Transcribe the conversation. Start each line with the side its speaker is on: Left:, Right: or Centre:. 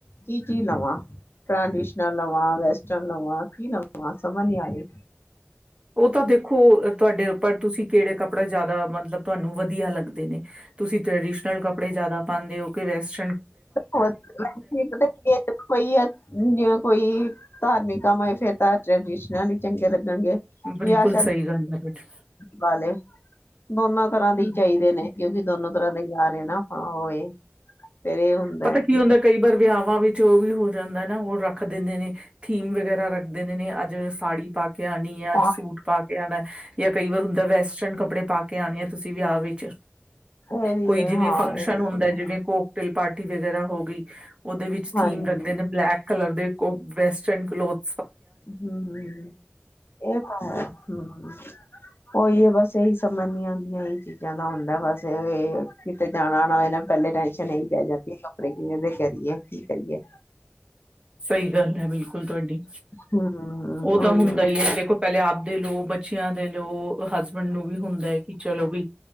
Left: ਕੀ ਚੀ ਲਵਾਂ ਟਰਡੀਸ਼ਨਲ ਲਵਾਂ ਵੈਸਟਰਨ ਲਵਾਂ ਕੀ ਲਵਾਂ ਸਮਝ ਨੀ ਆਈ
Right: ਉਹ ਤਾਂ ਦੇਖੋ ਤੁਹਾਡੇ ਉਪਰ ਤੁਸੀਂ ਕਿਹੜੇ ਕੱਪੜਾ ਜਿਆਦਾ ਮਤਲਬ ਤੁਹਾਨੂੰ ਵਧੀਆ ਲੱਗਦੇ ਨੇ ਤੁਸੀਂ ਟ੍ਰਡੀਸ਼ਨਲ ਕੱਪੜੇ ਜ਼ਿਆਦਾ ਪਾਉਂਦੇ ਉਹ ਵੈਸਟ
Left: ੋੈ ਪਤਾ ਕੋਈਿਵੇ ਕੋਈ ਧਾਰਮਿਕ ਕੰਮਾਂ ਫਰ ਤਾਂ ਟਰਡੀਨਾਂ ਹੀ ਚੰਗੇ ਲ ਣਗੇ
Right: ਬਿਲਕੁਲ
Left: ਵਿਆਹ ਸ਼ਾਦ
Right: ਸਹੀ ਗੱਲ ਹੈ ਤੁਹਾਡੀ
Left: ਪਾ ਲੇ ਦੋਨਾਂ ਤਰ੍ਹਾਂ ਦੇ
Right: ਹਮ
Left: ਚਾਹੀਦੇ ਨੇ ਕਿਉਂਕਿ ਦੋਨੋ ਤਰ੍ਹਾਂ ਦੇ ਯ ਰ ਨਾ ਆਪਾਂ ਉਹ ਇਹ ਹੁੰਦਾ
Right: ਪਤਾ
Left: ਹੈ
Right: ਕੀ
Left: ਕਿ
Right: ਹੁੰਦਾ ਕਈ ਵਾਰ ਵਿਆਹਵਾਂ ਵਿੱਚ ਜੋ ਵੀ ਹੋ ਜਾਂਦਾ ਉਹ ਰੱਖ ਦਿੰਦੇ ਨੇ ਥੀਮ ਵਗੈਰਾ ਰੱਖ ਦਿੰਦੇ ਨੇ ਅੱਜ ਸਾੜੀ ਪਾ ਕੇ ਆਉਣੀ ਹੈ ਅੱਜ
Left: ਹਾਂ
Right: ਸੂਟ ਪਾ ਕੇ ਆਉਣਾ ਜਾਂ ਕਈ ਵਾਰ ਹੁੰਦਾ ਵੈਸਟਰਨ ਕੱਪੜੇ ਪਾ ਕੇ ਆਣੇ ਆ ਤੁਸੀਂ ਵਿਆਹ ਵਿੱਚ
Left: ਇਹ ਵੀ
Right: ਕੋਈ
Left: ਹੈ
Right: ਜਿਵੇਂ
Left: ਹਾਂ
Right: ਫੰਕਸ਼ਨ
Left: ਇਹ ਵੀ
Right: ਹੁੰਦਾ
Left: ਸੁਣਿਆ
Right: ਜਿਵੇਂ ਕੋ ਤਿਲ ਪਾਰਟੀ ਵਗੈਰਾ ਹੋ ਗਈ ਉਹਦੇ ਵਿੱਚ ਥੀਮ
Left: ਹਾਂਜੀ
Right: ਰੱਖਦੇ ਨੇ ਬਲੈਕ ਕਲਰ ਦੇ ਵੈਸਟਰਨ ਕਲੋਥ
Left: ਹਮ ਹ ਇਹ ਤਾਂ ਹਮ ਹ ਉਹੀ ਹੈ ਬਸ ਇਹੀ ਸਮਝ ਨੀ ਆਉਂਦੀਆਂ ਇਹੀ ਚੀਜ਼ਾਂ ਦਾ ਹੁੰਦਾ ਬਸ ਇਹ ਕਿਤੇ ਜਾਣਾਣਾ ਇਹ ਨਾ ਪਹਿਲੇ ਟੈਸ਼ਨ ਨਹੀਂ ਪੈ ਜਾਂਦੀ ਕੱਪੜੇ ਕਿਵੇਂ ਦੇ ਕਰੀਏ ਕਰਏ
Right: ਸਹੀ ਗੱਲ ਹੈ ਬਿਲਕੁਲ ਤੁਹਾਡੀ
Left: ਹਮ
Right: ਉਹ ਤਾਂ
Left: ਉਹੀ
Right: ਹੁੰਦਾ
Left: ਮੇਰੇ
Right: ਹੀ ਹੈ ਦੇਖੋ ਪਹਿਲੇ ਆਪਦੇ ਲੋ ਬੱਚਿਆਂ ਦੇ ਲੋ ਉਹ ਹਸਬੈਂਡ ਨੂੰ ਵੀ ਹੁੰਦਾ ਹੈ ਕਿ ਚਲੋ ਵੀ